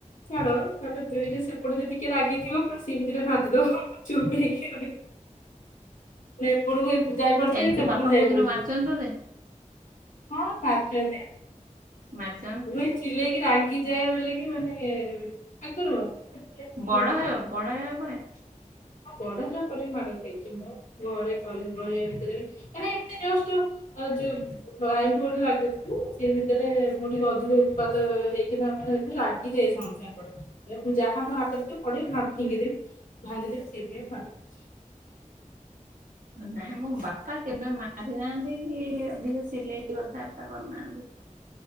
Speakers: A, on the left; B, on the right.
A: ଛାଡ଼ ତାପରେ ଦୁଇଟରେ ସେପଟେ ଯଦି କିଏ ରାଗିଥିବ ପୁଣି ସିଏବି ଦିଇଟା ନାଧିଦବ। ଚୁପ୍ ହେଇକି ରହିବି। ଏପଟୁକୁ ବି ଯାଇପାରୁଥିବି
B: କାଇଁ ତୋ
A: ସେପଟୁକୁ
B: ବାପା
A: ଯାଇ
B: କୋଉଦିନ
A: ପାରୁଥିବି।
B: ମାରିଛନ୍ତି ତତେ
A: ହଁ ପାରିଚନ୍ତି।
B: ମା
A: ମୁ ଏଇ ଚିଲେଇକି ରାଗି ଯାଏ ବୋଲି କିମାନେ ଇଏ ଆଗରୁ ମତେ ଏମିତି-
B: ବଡ଼ ହେ ବଡ଼ ହେବା ପରେ?
A: ହଁ ବଡ଼ ହେଲା ପରେ ବି ମାଡ଼ ଖାଇଛି ମୁଁ ଘରେ <unintelligible> ରହିବା ଭିତରେ ଏରା ଏମିତି ଜଷ୍ଟ ଯୋଉ ଭାଇ ବୋଲି ଲାଗୁଥିଲି ସେଇ ଭିତରେ ମୁଁ ଟିକେ ଅଧିକ ପାତ ହେଇକିନା ମାନେ ମୁ ରା <unintelligible> ଯାହା ମୋ ହାତ ରେ ଥିବ ପଡ଼େ ଭା ଫିଙ୍ଗିଦେବି ଭାଙ୍ଗିଦେବି ସେଇଥିପାଇଁ ମାଡ ଖାଇଛି।
B: ନାଇଁ ମୋ ବାପା କେବେ ମାରିନାହାନ୍ତି କି ଅଧିକ ଚିଲେଇ କି କଥାବାର୍ତ୍ତା କରିନାହାନ୍ତି।